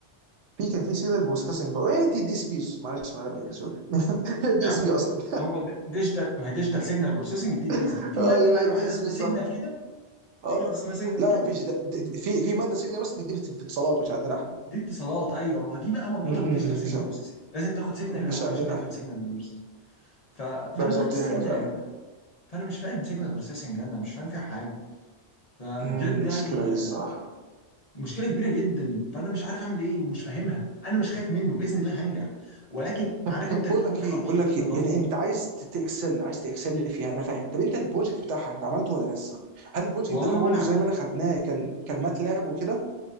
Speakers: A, on the right (about 85°); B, on the left (about 40°).
A: في كان في سيجنال بروسيسنج بقى ايه دي دي اس بي معلش انا غبي سوري <laughs> دي
B: يا عم
A: اس بي اصلا
B: هو ديجيتال ما هي ديجيتال سيجنال بروسيسنج دي دي
A: <laughs>
B: اس بي في ماده
A: ايوه
B: بقى
A: هي
B: لوحدها
A: دي اس
B: اسمها
A: بي
B: سيجنال
A: صح
B: كده
A: آه.
B: في ماده اسمها سيجنال
A: لا
B: كده
A: لا مفيش ده- ده-
B: دي,
A: ده- في في ماده سيجنال بس دي, دي في في اتصالات مش عندنا احنا
B: دي اتصالات ايوه ما هو دي بقى مربوطه
A: م-
B: بالديجيتال
A: م-
B: سيجنال
A: مش
B: بروسيسنج لازم تاخد سيجنال
A: مش
B: الاول
A: عندنا
B: عشان تفهم
A: احنا
B: سيجنال بروسيسنج ف... فانا
A: بالظبط
B: ما خدتش
A: دي
B: سيجنال
A: حقيقه فعلا
B: يا جماعه فانا مش فاهم سيجنال بروسيسنج انا مش فاهم فيها حاجه فبجد
A: مم،
B: يعني
A: مشكله دي الصراحه
B: مشكله كبيره جدا فانا مش عارف اعمل ايه ومش فاهمها انا مش خايف منه باذن الله هنجح ولكن
A: طب
B: عارف انت
A: بقول
B: تكون
A: لك
B: ح-
A: ايه
B: محطوط
A: بقول لك
B: تحت
A: ايه
B: ضغط
A: إذا انت عايز تكسل عايز تكسل فيها انا فاهم طب انت البروجكت بتاعها انت عملته ولا لسه هل البروجكت
B: والله
A: بتاعها برضه
B: ولا عملت
A: زي ما انا خدناه كان كان ماتلاب وكده